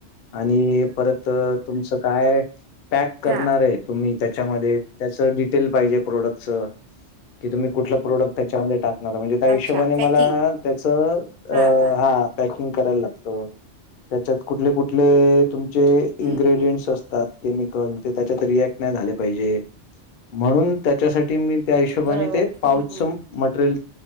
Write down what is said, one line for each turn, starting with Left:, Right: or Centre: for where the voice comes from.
Left: आणि परत तुमचं काय पॅक करणार
Right: हा
Left: हे तुम्ही त्याच्यामध्ये त्याचं डिटेल पाहिजे प्रोडक्टच. कि तुम्ही कुठलं प्रोडक्ट त्यामध्ये टाकणार म्हणजे त्या हिशोबाने
Right: अच्छा पॅकिंग
Left: मला त्याच अ
Right: हा हा
Left: हां पकिंग करायला लागत. त्याच्यात कुठले कुठले तुमचे, इन्ग्रेडियंट्स
Right: हम्म हम्म
Left: असतात. केमिकल. ते त्याच्यात रिएक्ट नाही झाले पाहिजे. म्हणून त्याच्यासाठी मी. त्या हिशोबाने,
Right: बरोबर
Left: ते पाउचच
Right: हम्म हम्म
Left: मटेरियल